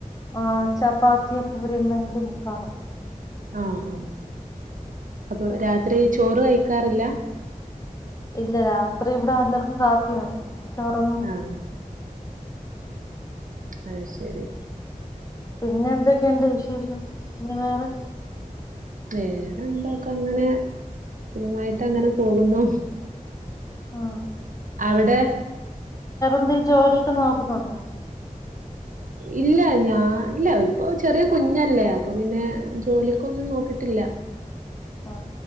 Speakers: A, on the left (about 25°); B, on the right (about 70°).
A: ആ ചപ്പാത്തിയ പൂരുന്നെങ്കും <unintelligible> കാണും
B: ആ ആ അപ്പൊ
A: ആ
B: രാത്രി ചോറ് കഴിക്ക ക്കാറില്ല
A: ഇല്ല രാത്രി ഇവിടെ എല്ലാവർക്കും കാപ്പിയാണ് ചോറൊന്നും
B: ആഹ് അത് ശരി
A: പിന്നെ എന്തൊക്കെയുണ്ട് വിശേഷം പിന്നെ വേറെ
B: വേറെന്തോക്കെ അങ്ങനെ സുഖമായിട്ട് അങ്ങനെ പോകുന്നു
A: ആ
B: അവിടെ
A: ന്ത് ജോലിയൊക്കെ നോക്കുന്നുണ്ടോ
B: ഇല്ല ഞാൻ ഇല്ല ഇപ്പൊ ചെറിയ കുഞ്ഞല്ലേ അപ്പൊ പിന്നെ ജോലിക്കൊന്ന് നോക്കിട്ട് ഇല്ല
A: ആ